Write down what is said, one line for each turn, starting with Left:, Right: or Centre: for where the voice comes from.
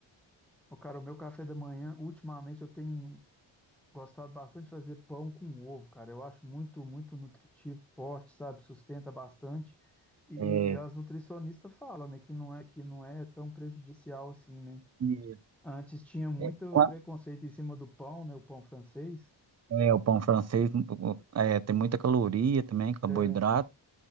Centre: O cara, o meu café da manhã, ultimamente eu tenho Gostado bastante de fazer pão com ovo, cara. Eu acho muito, muito nutritivo, forte, sabe? Sustenta bastante. E,
Right: É,
Centre: e as nutricionistas falam, né, que não é que não é tão prejudicial assim, né?
Right: e-
Centre: Antes tinha muito
Right: é, qua-
Centre: preconceito em cima do pão, né? O pão francês.
Right: é, o pão francês o- é, tem muita caloria também, carboidrato,
Centre: É.